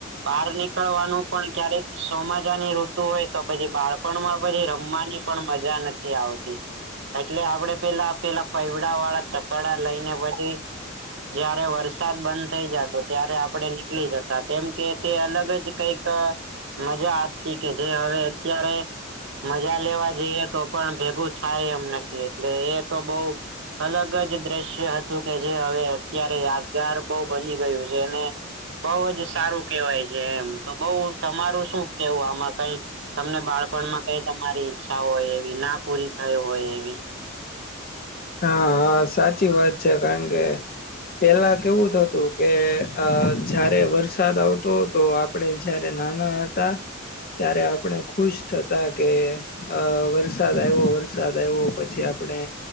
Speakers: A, on the right; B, on the left.
A: બાર નીકળવાનું પણ ક્યારેક સોમાજાની ઋતુ હોય તો પછી બાળપણ માં પછી રમવા ની પણ મજા નથ થી આવતી. એટલે આપડે પેલા-પેલા પઈવડા વાળા ચક્કડા લઈને પછી જયારે વરસાદ બંધ થઇ જાતો ત્યારે આપડે નીકળી જતા, કેમ કે તે અલગ જ કંઈક મજા આવતી. કે જે હવે અત્યારે મજા લેવા જઈએ તો પણ ભેગું થાય એમ નથી, એટલે એ તો બહું અલગ જ દ્રશ્ય હતું કે જે હવે અત્યારે યાદગાર બહુ બની ગયું છે. ને બહું જ સારું કેવાય છે એમ. તો બહું, તમારું શું કેવું આમાં કંઈ? તમને બાળપણમાં કાંઈ તમારી ઈચ્છા હોય એવી, ના પૂરી થઈ હોય એવી?
B: હા, હા સાચી વાત છે. કારણ કે પેલા કેવું થતું કે અહ જ્યારે વરસાદ આવતો હતો, આપણે જયારે નાના હ તા ત્યારે આપણે ખુશ થતા કે અહ વરસાદ આઈવો, વરસાદ આઈવો, પછી આપણે